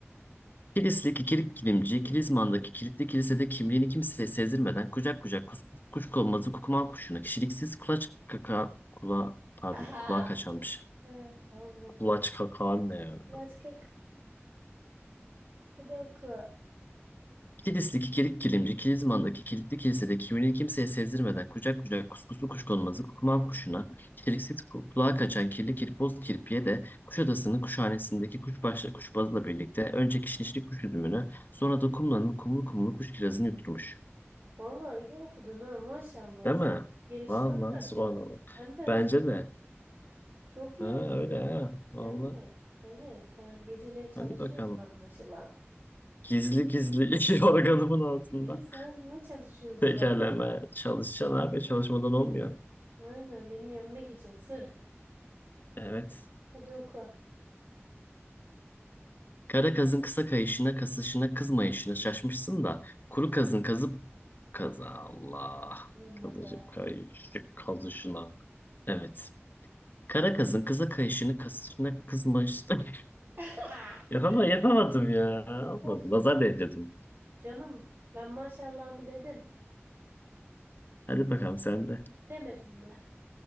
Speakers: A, on the left (about 45°); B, on the right (about 50°).
A: Kilislik ikilik kilimci, Kilizman'daki kilitli kilisede kimliğini kimseye sezdirmeden kucak kucak kus, kuşkonmazı kukuman kuşuna kişiliksiz kulaç kaka kula pardon
B: <laughs>
A: kulağa kaçanmış.
B: Haha. Ee, Olmadı.
A: Kulaç kaka ne ya?
B: Başka. <laughs> Hadi oku.
A: Kilislik ikilik kilimci, Kilizman'daki kilitli kilisede kimliğini kimseye sezdirmeden kucak kucak kuskuslu kuşkonmazı kukuman kuşuna kişiliksiz ku- kulağa kaçan kirli kirpoz kirpiye de Kuşadası'nın kuşhanesindeki kuşbaşlı kuşbazla birlikte önce kişnişli kuş üzümünü sonra da kumlanın kumlu kumlu kuş kirazını yutturmuş.
B: Vallahi iyi okudun ha maşallah.
A: Değil
B: Sen
A: mi?
B: gelişme
A: Vallahi
B: var
A: subhanallah.
B: bu arada. Hem de hızlı.
A: Bence de.
B: Çok iyi
A: Ha,
B: okudun.
A: öyle ha. Vallahi.
B: Evet. Evet. Sen geceleri çalışıyorsun
A: Hadi bakalım.
B: anlaşılan.
A: Gizli gizli <laughs> yorganımın altında.
B: Bir Gizli sen buna çalışıyorsun.
A: Tekerleme çalışacaksın abi. Çalışmadan
B: Evet.
A: olmuyor.
B: Aynen beni yenmek için sırf.
A: Evet.
B: Hadi oku.
A: Kara kazın kısa kayışına, kasışına, kızmayışına şaşmışsın da. Kuru kazın kazıp... kazı Allah.
B: Olmadı.
A: Kazıcıp kayışı, kazışına. Evet. Kara kazın kısa kayışını, kasışına, kızmayışına.
B: <laughs>
A: <laughs> Yapama, yapamadım ya. Olmadı.
B: Olsun.
A: Nazar değdirdim.
B: Canım ben maşallah mı dedim.
A: Hadi bakalım sen de.
B: Demedim mi?